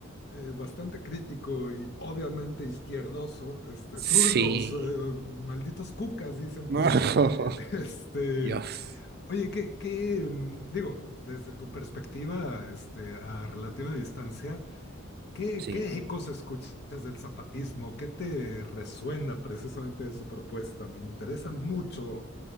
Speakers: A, on the left; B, on the right.
A: eh, bastante crítico y obviamente izquierdoso, este,
B: sí.
A: zurdos, eh, malditos cucas, dicen
B: No.
A: por ahí.
B: <laughs>
A: <laughs> Este,
B: Dios,
A: oye, ¿qué, qué, mm, digo, desde tu perspectiva, este, a relativa distancia, ¿qué,
B: sí.
A: qué ecos escuchas del zapatismo? ¿Qué te resuena precisamente de su propuesta? Me interesa mucho.